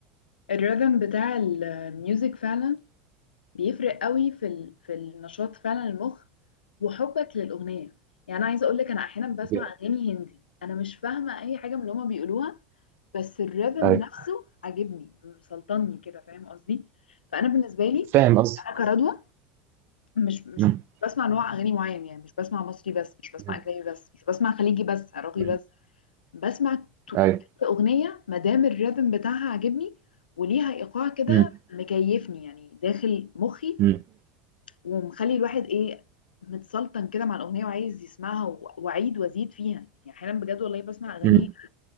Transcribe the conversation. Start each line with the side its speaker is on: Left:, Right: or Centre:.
Left: الريتم بتاع الميوزك فعلا بيفرق قوي في ال... في النشاط فعلا المخ وحبك للاغنيه يعني انا عايزه اقول لك انا احيانا بسمع
Right: ج-
Left: اغاني هندي انا مش فاهمه اي حاجه من اللي هما بيقولوها بس الريذم
Right: أيوة.
Left: نفسه عاجبني مسلطني كده فاهم قصدي فانا بالنسبه لي
Right: فاهم قصدك
Left: انا كردوه مش مش
Right: مم.
Left: بسمع نوع اغاني معين يعني مش بسمع مصري بس مش بسمع
Right: مم.
Left: اجنبي بس مش بسمع خليجي بس عراقي
Right: مم.
Left: بس بسمع تو- اي
Right: ايوه
Left: اغنيه ما دام الريذم بتاعها عاجبني وليها ايقاع كده
Right: مم.
Left: مكيفني يعني داخل مخي
Right: مم.
Left: ومخلي الواحد ايه متسلطن كده مع الاغنيه وعايز يسمعها و- واعيد وازيد فيها يعني احيانا بجد والله بسمع اغاني
Right: مم.